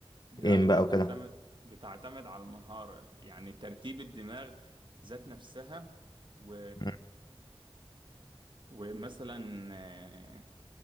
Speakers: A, on the right; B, on the left.
A: لا
B: ايم
A: هي
B: بقى
A: بتعتمد
B: وكده
A: بتعتمد على المهارة يعني ترتيب الدماغ ذات نفسها و
B: امم
A: ومثلا آه،